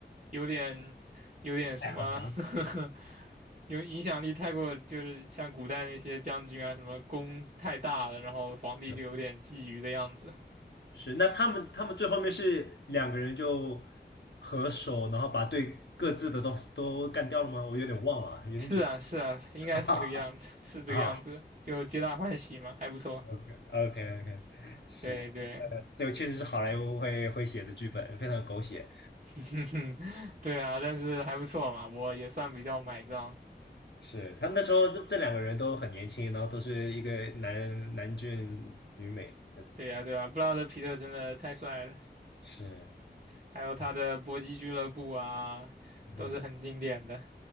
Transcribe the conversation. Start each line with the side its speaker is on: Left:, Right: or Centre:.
Right: 有点有点什么
Left: 了
Right: <laughs> 有影响力太过，就是像古代那些将军啊，什么功太大了，然后皇帝就有点觊觎的样子。
Left: 是是，那他们他们最后面是两个人就合手，然后把对各自的都都干掉了吗？我有点忘了，有点久了
Right: 是啊，是啊，应该是这个样子，
Left: <laughs>
Right: 是这个样子，
Left: 啊。
Right: 就皆大欢喜嘛，还不错。
Left: OK OK OK，是，
Right: 对对，
Left: 这个确实是好莱坞会会写的剧本，非常狗血。
Right: <laughs> 对啊，但是还不错嘛，我也算比较买账。
Left: 是，他们那时候这这两个人都很年轻，然后都是一个男男俊女美的，
Right: 对呀，对呀，布拉德皮特真的太帅了，
Left: 是
Right: 还有他的搏击俱乐部啊，
Left: 啊，
Right: 都是很经典的
Left: 嗯，